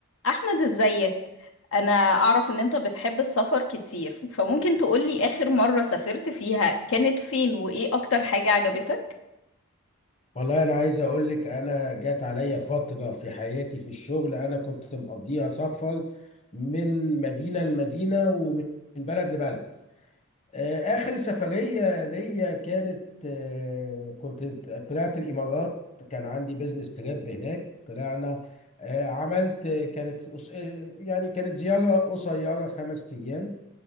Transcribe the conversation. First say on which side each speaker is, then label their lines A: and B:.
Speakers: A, on the left; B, on the left.
A: احمد ازيك انا اعرف ان انت بتحب السفر كتير فممكن تقولي اخر مرة سافرت فيها كانت فين وايه اكتر حاجة عجبتك
B: والله انا عايز اقول لك انا جات عليا فتره في حياتي في الشغل انا كنت مقضيها سفر من مدينه لمدينه ومن بلد لبلد آه، اخر سفريه ليا كانت آه، كنت طلعت الامارات كان عندي بزنس تريب هناك طلعنا آه، عملت كانت أس- يعني كانت زياره قصيره خمس ايام